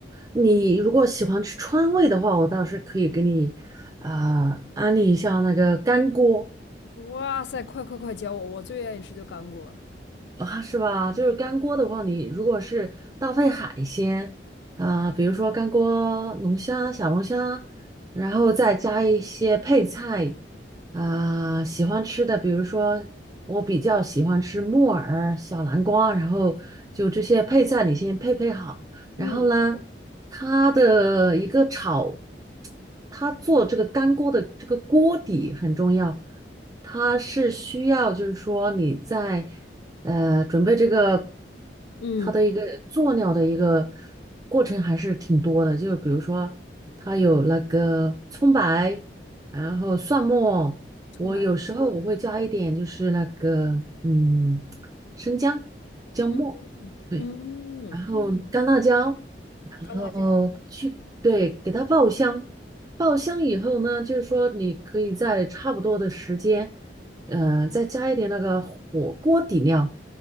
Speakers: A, on the right; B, on the left.
A: 你如果喜欢吃川味的话，我倒是可以给你啊、呃安利一下那个干锅
B: 哇塞，快快快教我！我最愿意吃就干锅儿，
A: 啊，是吧？就是干锅的话，你如果是搭配海鲜啊、比如说干锅龙虾、小龙虾，然后再加一些配菜啊、喜欢吃的，比如说我比较喜欢吃木耳、小南瓜，然后就这些配菜你先配配好。然后呢，
B: 嗯
A: 它的一个炒，它做这个干锅的这个锅底很重要，它是需要就是说你在呃准备这个
B: 嗯，
A: 它的一个做料的一个过程还是挺多的，就比如说它有那个葱白，然后蒜末，
B: 葱白，
A: 我有时候我会加一点就是那个嗯生姜姜末。
B: 嗯
A: 对，
B: 嗯，
A: 然后干辣椒，然后去，
B: 干辣椒
A: 对，给它爆香，爆香以后呢，就是说你可以在差不多的时间，呃，再加一点那个火锅底料